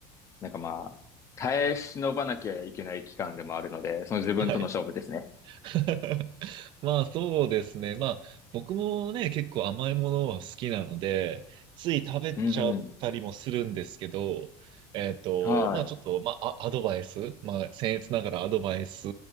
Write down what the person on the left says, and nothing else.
なんかまあ、耐え忍ばなきゃいけない期間でもあるので、その自分との勝負ですね。
うん。
はい。